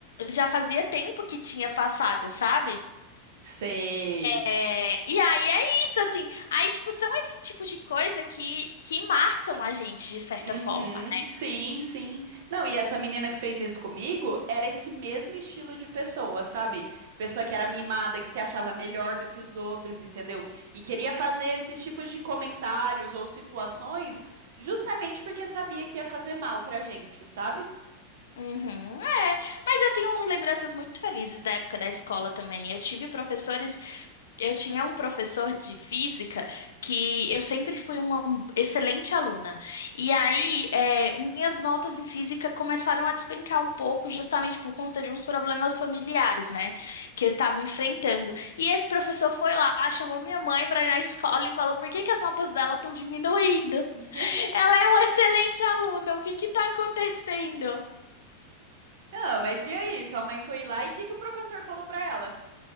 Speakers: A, on the left; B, on the right.
A: já fazia tempo que tinha passado, sabe?
B: Sei.
A: É, e aí é isso, assim. Aí, tipo, são esses tipos de coisa que, que marcam a gente de certa
B: Uhum,
A: forma.
B: sim, sim. Não, e essa menina que fez isso comigo era esse mesmo estilo de pessoa, sabe? Pessoa que era mimada, que se achava melhor do que os outros, entendeu? E queria fazer esses tipos de comentários ou situações justamente porque sabia que ia fazer mal pra gente, sabe?
A: Uhum, é. Mas eu tenho lembranças muito felizes da época da escola também. Eu tive professores, eu tinha um professor de física que eu sempre fui uma excelente aluna. E aí, é, minhas notas em física começaram a despencar um pouco, justamente por conta de uns problemas familiares, né, que eu estava enfrentando. E esse professor foi lá, chamou minha mãe para ir na escola e falou: Por que que as notas dela estão diminuindo?
B: <laughs>
A: Ela é uma excelente aluna, o que que está acontecendo?
B: Ah, mas e aí? Sua mãe foi lá e o que que o professor falou pra ela?